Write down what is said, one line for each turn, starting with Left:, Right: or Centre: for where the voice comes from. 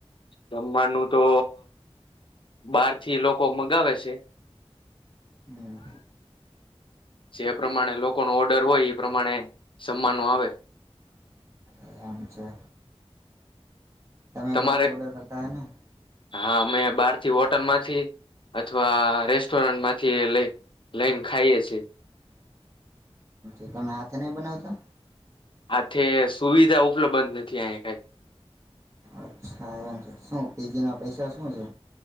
Left: જમવાનું તો બાર થી લોકો મગાવે છે.
Right: હમ્મ.
Left: જે પ્રમાણે લોકો ન ઓર્ડર હોય એ પ્રમાણે જમવાનું આવે
Right: એ આમ છે. તમે
Left: તમારે
Right: બહારથી ઓર્ડર કરતા હોય ને?
Left: હા અમે બહાર હોટલ માંથી અથવા રેસ્ટોરન્ટમાંથી લઈ લઈને ખાઈએ છેએ.
Right: એ તમે હાથે નહી બનાવતા?
Left: આથે સુવિધા ઉપલબ્ધ જ નથી આ કઈ.
Right: અચ્છા એમ છે શું પીજી ના પૈસા શું છે?